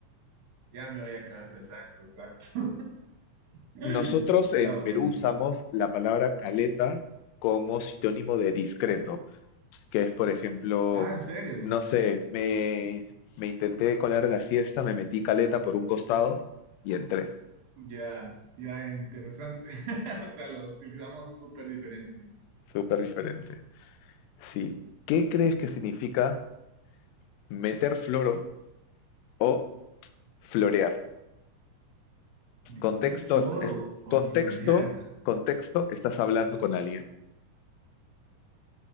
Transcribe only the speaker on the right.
ya me voy a casa, exacto, exacto. <laughs>
Está bueno.
Ah, ¿en serio?
Ya, ya interesante. <laughs> O sea, lo utilizamos súper diferente.
A ver.
Meter
flor
o,
o florear.